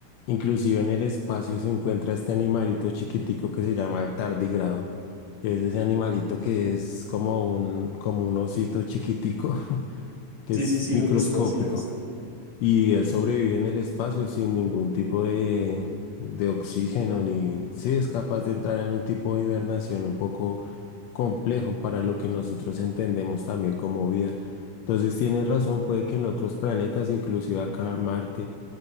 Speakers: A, on the left; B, on the left.
A: Inclusive en el espacio se encuentra este animalito chiquitico que se llama el tardígrado, que es ese animalito que es como un, como un osito chiquitico, <laughs> que
B: Sí,
A: es
B: sí, sí,
A: microscópico.
B: lo he visto, sí lo he visto.
A: Y él sobrevive en el espacio sin ningún tipo de, de oxígeno, ni si es capaz de entrar en un tipo de hibernación un poco complejo para lo que nosotros entendemos también como vida. Entonces tienes razón, puede que en otros planetas, inclusive acá Marte